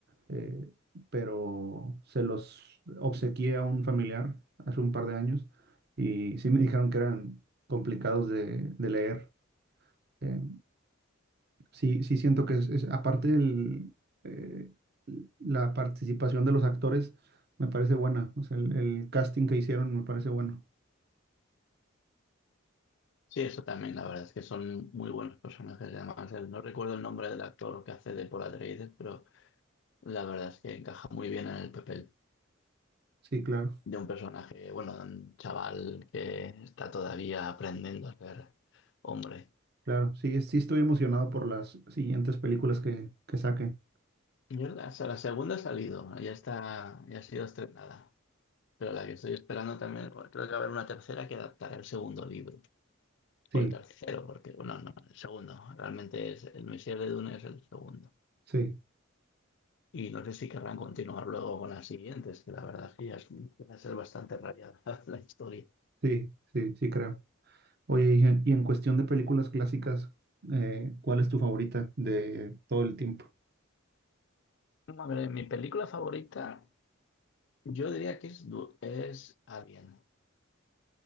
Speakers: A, on the right; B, on the left.
A: eh, pero se los obsequié a un familiar hace un par de años y sí me dijeron que eran complicados de, de leer. Eh, sí, sí siento que es, es- aparte del, eh, la participación de los actores me parece buena, o sea, el el casting que hicieron me parece bueno.
B: Sí, eso también, la verdad es que son muy buenos personajes. Además, el- no recuerdo el nombre del actor que hace de Paul Atreides, pero la verdad es que encaja muy bien en el papel
A: Sí, claro.
B: de un personaje, bueno, de un chaval que está todavía aprendiendo a ser hombre.
A: Claro, sí, es- sí estoy emocionado por las siguientes películas que, que saquen.
B: Yo la, la segunda ha salido, ya está, ya ha sido estrenada. Pero la que estoy esperando también, bueno, creo que va a haber una tercera que adaptará el segundo libro.
A: Sí,
B: O el tercero, porque, bueno, no, el segundo. Realmente es El Misil de Dune es el segundo.
A: sí,
B: Y no sé si querrán continuar luego con las siguientes, que la verdad es que ya es- empieza a ser bastante rayada <laughs> la historia.
A: sí, sí, sí creo. Oye, y en, y en cuestión de películas clásicas, eh, ¿cuál es tu favorita de todo el tiempo?
B: A ver, mi película favorita, yo diría que es, du- es Alien.